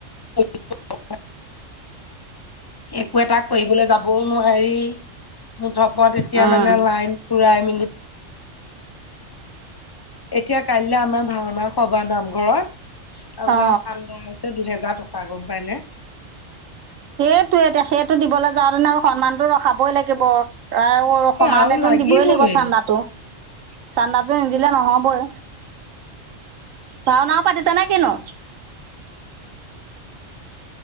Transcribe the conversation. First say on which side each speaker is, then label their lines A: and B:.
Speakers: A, on the left; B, on the right.
A: <unintelligible>
B: <inaudible>
A: একো এটা কৰিবলে যাবও নোৱাৰি মুঠৰ ওপৰত এতিয়া
B: উম
A: মানে লাইন ফুৰাই মি এতিয়া কাইলৈ আমাৰ ভাওনা সভা নাম ঘৰত আপোনাৰ
B: অ
A: চান্দা হৈছে দুহেজাৰ টকা গম পাইনে
B: সেইটোৱে এতিয়া সেইটো দিবলৈ যাওঁতেনা আকৌ সন্মানতটো ৰখাবই লাগিব। প্ৰায় গুৰু সমানে
A: আৰু
B: তোন
A: লাগিবই
B: দিবই লাগিব চান্দাটো চান্দাটো নিদিলে নহ'বই। ভাওনাও পাতিছা নে কিনো